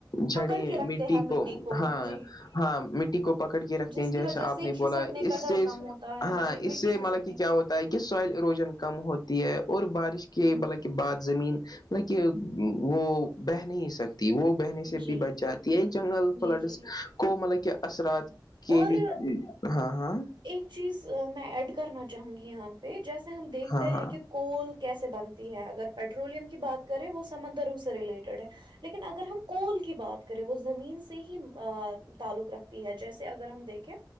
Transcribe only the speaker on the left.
جڑے
مٹی
کو ہاں
ہاں مٹی کو پکڑ کے رکھتے
ہیں
جیسا
آپ
نے
بولا اس
سے
ہاں
اس
سے
مطلب کہ کیا
ہوتا تاکہ سوائل اروجن کم ہوتی ہے اور بارش کے ب کے بعد زمین م کہ وہ بہ نہیں سکتی وہ بہنے سے
بھی بچ جاتی ہے جنگل
فلڈس
کو مطلب کہ اثرات کہ
بھی ہاں ہاں
ہاں
ہاں